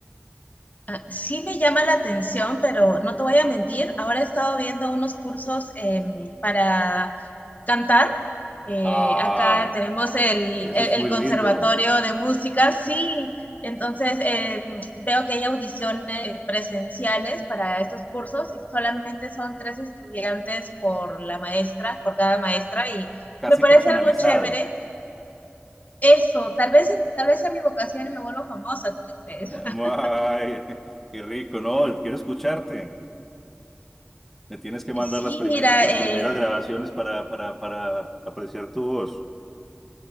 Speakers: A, on the left; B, in the centre.
A: Ah, Sí me llama la atención, pero no te voy a mentir, ahora he estado viendo unos cursos em, para cantar. Eh,
B: Ah,
A: acá tenemos el,
B: eso
A: el-
B: es
A: el
B: muy
A: conservatorio
B: lindo,
A: de música, sí. Entonces em, veo que hay audiciones eh, presenciales para estos cursos y solamente son tres estudiantes por la maestra, por cada maestra y
B: casi
A: me parece
B: personalizado.
A: algo chévere. Eso, tal vez, tal vez sea mi vocación y me vuelvo famosa, ¿tú qué crees?
B: Ay,
A: <laughs>
B: qué rico, no, quiero escucharte. Me tienes que mandar
A: Sí,
B: las primeras,
A: mira,
B: las
A: eh,
B: primeras grabaciones para, para, para apreciar tu voz.